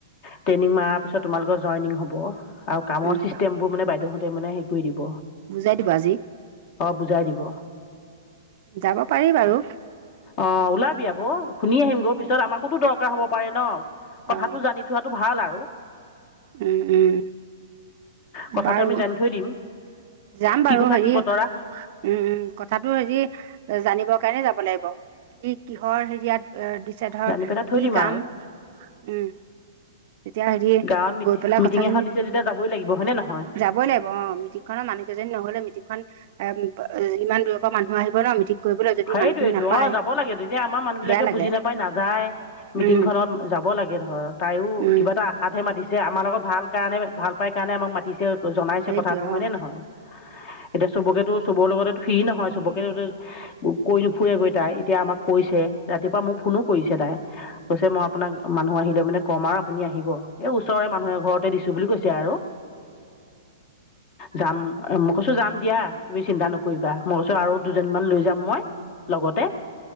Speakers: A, on the left (about 35°); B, on the right (about 50°).
A: ট্ৰেইনিং মাৰা পিছত তোমালোকৰ জইনিং হ'ব। আৰু কামৰ
B: উম
A: চিষ্টেম বোৰ মানে বাইেউহঁত ত মানে হে কৰি দিব
B: বুজাই দিবা আজি
A: অ' বুজাই দিব
B: যাব পাৰি বাৰু
A: অ' ওলা। আকৌ শুনি আহিম গৈ পিছত আমাকোতো দৰকাৰ হ'ব পাৰে ন কথাটো
B: অ
A: জানি থোৱাাতটো ভাল আৰু
B: উম উম।
A: কথাটো
B: বাৰু
A: আমি জানি থৈ দিম
B: যাম
A: কি
B: বাৰু
A: কথা
B: হেৰি
A: কি বতৰা
B: উম উম কথাটো হেৰি জানিব কাৰণে যাব লাগিব কি কিহৰ হেৰি ইয়াত এ দিছে ধৰ
A: জানি পেলাই থৈ
B: কি
A: দিম
B: কাম
A: আৰু
B: উম তেতিয়া হেৰি
A: গাঁৱত মিটি
B: গৈ পেলাই
A: মিটিং
B: কথাখিনি
A: এখন দিছে যেতিয়া যাবই লাগিব হয়নে নহয়
B: যাবই লাগিব অ মিটিং খনৰ মানুহ কেইজনী নহলে মিটিংখন অ' ইমান দূৰ পৰা মানুহ আহিব মিটিং কৰিবলৈ যদি
A: সেইটো
B: মানুহখিনি
A: এইটো
B: নাপায়
A: অ যাব লাগে এতিয়া আমাৰ মানুহ বিলাকে
B: বেয়া লাগে
A: বুজি নাপায় নাযায় মিটিং
B: উম
A: খনত যাব লাগে ঘ <unintelligible> তাইও
B: উম
A: কিবা এটা আশাতহে মাতিছে আমাৰ লগত ভাল। কাৰণে ভাল পাই কাৰণে আমাক মাতিছে। জনাইছে
B: সেইটোৱে
A: কথাাতটো হয়নে
B: অঁ
A: নহয় এতিয়া চবকেতো চবৰ লগতে ফ্ৰী নহয় চবকে কৰিলো ফুৰে গৈ তাই। এতিয়া আমাক কৈছে ৰাতিপুৱা মোক। ফোনো কৰিছে তাই। কৈছে মই আপোনাক মানুহ আহিলে মানে কমাৰ আপুনি আহিব। এই ওচৰৰে মানুহে ঘৰতে দিছো বুলি কৈছে আৰু। যাম মোক কৈছো যাম দিয়া তুমি চিন্তা নকৰিবা মই কৈছো আৰু দুজনমান লৈ যাম। মই লগতে